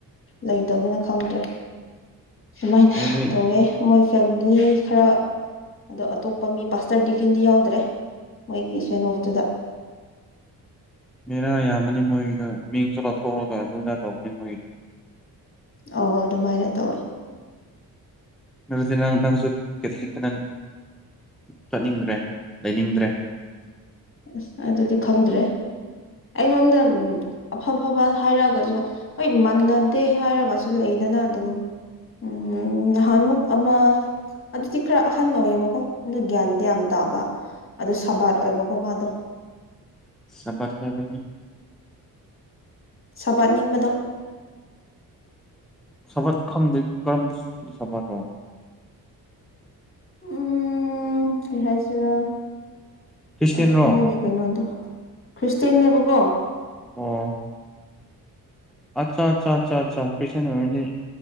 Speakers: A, on the left; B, in the centre.
A: ꯂꯩꯇꯅꯤꯅ ꯈꯪꯗ꯭ꯔꯦ ꯗꯨꯃꯥꯏꯅ
B: ꯑꯗꯨꯗꯤ
A: ꯇꯧꯋꯦ ꯃꯣꯏ ꯐꯦꯝꯃꯤꯂꯤ ꯈꯔ ꯑꯗꯣ ꯑꯇꯣꯞꯄ ꯃꯤ ꯄꯥꯁꯇꯔ ꯗꯤꯀꯤꯟꯗꯤ ꯌꯥꯎꯗ꯭ꯔꯦ ꯃꯣꯏꯒꯤ ꯁꯦꯟ ꯑꯣꯐꯇꯨꯗ
B: ꯃꯦꯔꯥ ꯌꯥꯝꯃꯅꯤ ꯃꯣꯏꯒꯤꯗ ꯃꯤꯡꯁꯨ ꯂꯧꯊꯣꯛꯑꯒ ꯑꯗꯨ ꯑꯗꯥ ꯇꯧꯕꯅꯦ ꯃꯣꯏꯒꯤꯗꯨ
A: ꯑꯧ ꯑꯗꯨꯃꯥꯏꯅ ꯇꯧꯋꯦ
B: ꯑꯗꯨꯗꯤ ꯅꯪ ꯅꯪꯁꯨ ꯀꯦꯠꯊꯣꯂꯤꯛꯇ ꯅꯪ ꯆꯠꯅꯤꯡꯗ꯭ꯔꯦ ꯂꯩꯅꯤꯡꯗ꯭ꯔꯦ
A: ꯑꯁ ꯑꯗꯨꯗꯤ ꯈꯪꯗ꯭ꯔꯦ ꯑꯩꯉꯣꯟꯗ ꯑꯐ ꯐꯕ ꯍꯥꯏꯔꯛꯑꯒꯁꯨ ꯍꯣꯏ ꯃꯟꯅꯗꯦ ꯍꯥꯏꯔꯒꯁꯨ ꯂꯩꯗꯅ ꯑꯗꯨꯝ ꯎꯝ ꯅꯍꯥꯟꯃꯨꯛ ꯑꯃ ꯑꯗꯨꯗꯤ ꯈꯔ ꯑꯍꯟ ꯑꯣꯏꯌꯦꯕꯀꯣ ꯑꯗꯨ ꯒ꯭ꯌꯥꯟꯗꯤ ꯌꯥꯝ ꯇꯥꯕ ꯑꯗꯨ ꯁꯕꯥꯠ ꯑꯣꯏꯕ ꯀꯣ ꯃꯥꯗꯣ
B: ꯁ꯭ꯕꯥꯠ ꯍꯥꯏꯕꯗꯤ
A: ꯁꯥꯕꯥꯠ ꯅꯤꯡꯕꯗꯣ
B: ꯁ꯭ꯕꯥꯠ ꯈꯪꯗꯦ ꯀꯔꯝ ꯀꯔꯤ ꯁ꯭ꯕꯥꯠꯔꯣ
A: ꯎꯝ ꯀꯩ ꯍꯥꯏꯁꯤꯔꯥ
B: ꯈ꯭ꯔꯤꯁꯇꯦꯟꯔꯣ
A: ꯑꯁ ꯃꯣꯏꯒꯤ ꯀꯩꯅꯣꯗꯣ ꯈ꯭ꯔꯤꯁꯇꯦꯟꯅꯦꯕ ꯀꯣ
B: ꯑꯣ ꯑꯠꯆꯥ ꯆꯥ ꯆꯥ ꯆꯥ ꯈ꯭ꯔꯤꯁꯇꯦꯟ ꯑꯣꯏꯔꯅꯤ